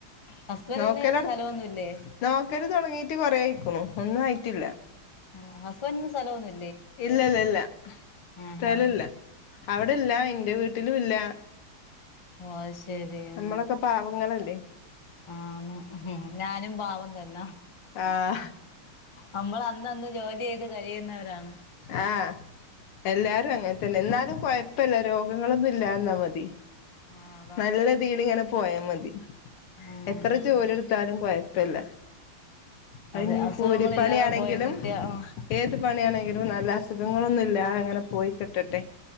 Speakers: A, on the left; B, on the left.
A: ഹസ്ബൻഡിന്
B: നോക്കല് അടു
A: സ്ഥലമൊന്നുമില്ലേ
B: നോക്കല് തുടങ്ങീട്ട് കൊറെ ആയിക്കുണു ഒന്നും ആയിട്ടില്ല
A: ആ ഹസ്ബൻഡിന് സ്ഥലം ഒന്നും
B: ഇല്ലല്ല ഇല്ല സ്ഥലല്ല
A: ആഹാ
B: അവിടെല്ല എന്റെ വീട്ടിലും ഇല്ല
A: ഓ ശരി ആ
B: നമ്മളൊക്കെ പാവങ്ങളല്ലേ
A: ആ ഞാനും പാവും തന്നെ
B: ആഹ്
A: നമ്മൾ അന്ന ന്ന് ജോലി ചെയ്ത് കഴിയുന്നവരാണ്
B: ആഹ എല്ലാരും അങ്ങനെ തന്നെ എന്നാലും കൊഴപ്പല്ല രോഗങ്ങളൊന്നും ഇല്ലന്നാ മതി
A: ആ അതാ
B: നല്ലത്തീലിങ്ങനെ <unintelligible> പോയ മതി
A: ഉം
B: എത്ര ജോലി എടുത്താലും കൊയപ്പില്ല അത്
A: അതെ
B: ഇഞ്ഞി
A: അസുഖങ്ങളില്ലാതെ
B: കൂലിപ്പണിയാണെങ്കിലും
A: പോയി കിട്ടിയ ആ
B: ഏത് പണിയാണെ എങ്കിലും നല്ല അസുഖങ്ങളൊന്നുല്ല അങ്ങനെ പോയി കിട്ടട്ടെ